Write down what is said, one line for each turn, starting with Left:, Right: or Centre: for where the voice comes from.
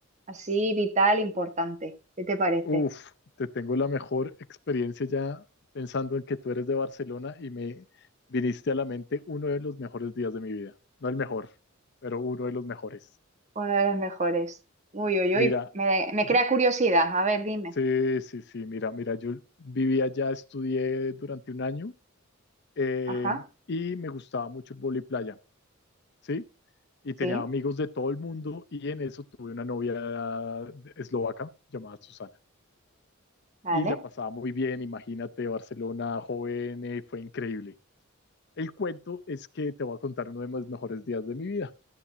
Right: así vital, importante. ¿Qué te parece?
Left: Uf, te tengo la mejor experiencia ya pensando en que tú eres de Barcelona y me viniste a la mente uno de los mejores días de mi vida. No el mejor, pero uno de los mejores.
Right: Una de las mejores. Uy, uy,
Left: Mira,
Right: uy, me, me
Left: yo-
Right: crea curiosidad. A ver, dime.
Left: sí, sí, sí, mira, mira, yo viví allá, estudié durante un año eh,
Right: Ajá,
Left: y me gustaba mucho el vóley playa, ¿sí? Y tenía
Right: sí,
Left: amigos de todo el mundo y en eso tuve una novia eslovaca llamada Susana.
Right: vale.
Left: y la pasaba muy bien. Imagínate, Barcelona joven, eh, fue increíble. El cuento es que te voy a contar uno de mis mejores días de mi vida,